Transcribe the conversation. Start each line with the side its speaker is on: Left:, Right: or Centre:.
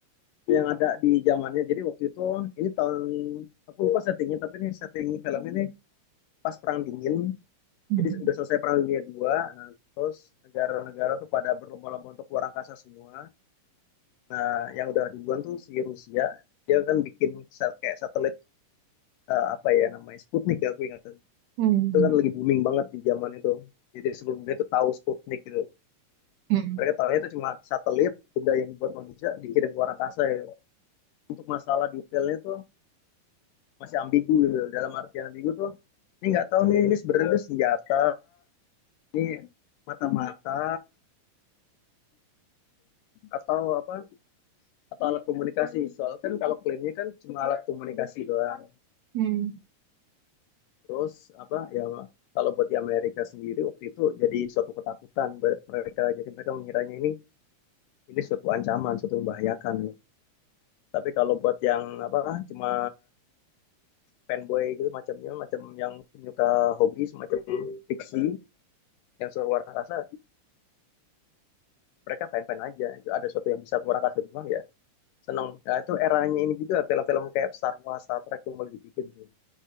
Left: yang ada di zamannya. Jadi waktu itu ini tahun aku lupa settingnya tapi ini setting film ini pas perang dingin
Right: hmm,
Left: jadi udah selesai perang dunia dua nah terus negara-negara tuh pada berlomba-lomba untuk keluar angkasa semua nah yang udah duluan tuh si Rusia dia kan bikin kayak satelit eh, apa ya namanya Sputnik ya aku ingatan
Right: hmm,
Left: itu kan lagi booming banget di zaman itu jadi seluruh dunia tuh tahu Sputnik gitu
Right: hmm,
Left: mereka tahunya itu cuma satelit benda yang dibuat manusia dikirim ke luar angkasa ya. untuk masalah detailnya tuh masih ambigu gitu dalam artian ambigu tuh ini nggak tahu nih ini sebenarnya senjata ini mata-mata atau apa atau alat komunikasi soal kan kalau klaimnya kan cuma alat komunikasi doang
Right: hmm,
Left: terus apa ya kalau buat di Amerika sendiri waktu itu jadi suatu ketakutan buat mereka jadi mereka mengiranya ini ini suatu ancaman suatu membahayakan tapi kalau buat yang apa cuma fanboy gitu macamnya macam yang penyuka hobi semacam fiksi yang suka luar angkasa mereka fan-fan aja ada suatu yang bisa luar angkasa doang ya seneng nah, itu eranya ini juga film-film kayak Star Wars Star Trek yang mulai dibikin tuh